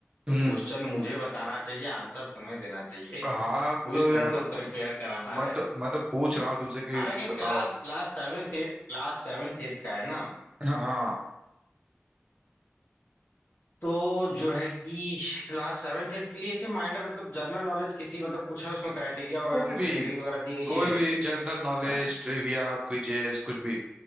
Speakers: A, on the left; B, on the right.
A: तो
B: हम्म
A: क्वेश्चन मुझे बताना चाहिए आंसर तुम्हें देना चाहिए
B: हाँ
A: <laughs> क्विज
B: तो यार
A: तुमको प्रिपेयर कराना
B: मैं
A: है
B: तो मैं तो पूछ रहा हूँ तुमसे कि
A: हालांकि
B: बताओ
A: क्लास क्लास सेवेंथ एट क्लास सेवेंथ एट का है ना
B: हाँ
A: तो जो है कि क्लास सेवेंथ एट्थ के लिए ऐसे माइनर मतलब जनरल नॉलेज किसी मतलब कुछ है उसमें क्राइटेरिया वगैरह
B: कोई
A: कुछ
B: भी
A: कैटेगरी वगैरह दी गई
B: कोई
A: है
B: भी जनरल नॉलेज
A: हाँ?
B: ट्रिविया क्विजेस कुछ भी